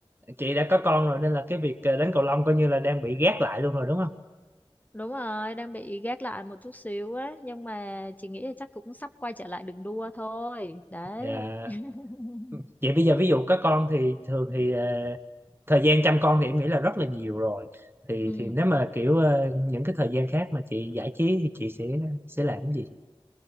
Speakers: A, on the right; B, on the left.
A: chị đã có con rồi nên là cái việc ờ, đánh cầu lông coi như là đang bị gác lại luôn rồi đúng không
B: Đúng rồi, đang bị gác lại một chút xíu á, nhưng mà chị nghĩ là chắc cũng sắp quay trở lại đường đua thôi. Đấy.
A: dạ
B: <laughs>
A: vậy bây giờ ví dụ có con thì thường thì ờ, thời gian chăm con thì em nghĩ là rất là nhiều rồi thì
B: Ừ.
A: thì nếu mà kiểu ờ, những cái thời gian khác mà chị giải trí thì chị sẽ sẽ làm cái gì